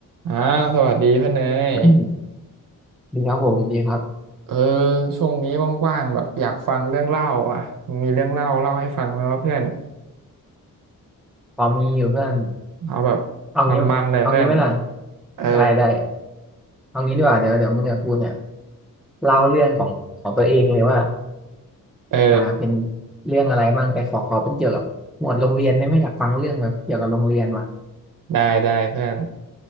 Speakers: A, on the right; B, in the centre.
A: อ้าวสวัสดีเพื่อนเนย
B: อืมดีครับผมดีครับ
A: เออช่วงนี้ว่างๆแบบอยากฟังเรื่องเล่าอ่ะมีเรื่องเล่าเล่าให้ฟังไหมว่าเพื่อน
B: พอมีอยู่เพื่อน
A: เอาแบบ
B: เอางี้เอางี้ไหมล่ะ
A: มันๆเลยเพื่อนเออ
B: ได้ได้เอางี้ดีกว่าเดี๋ยวเดี๋ยวมึงกับกูเนี่ยเล่าเรื่องของของตัวเองเลยว่า
A: เออ
B: อ่าเป็นเรื่องอะไรบ้างแต่ขอขอเป็นเกี่ยวกับหมวดโรงเรียนได้ไหมอยากฟังเรื่องแบบเกี่ยวกับโรงเรียนว่ะ
A: ได้ได้เพื่อน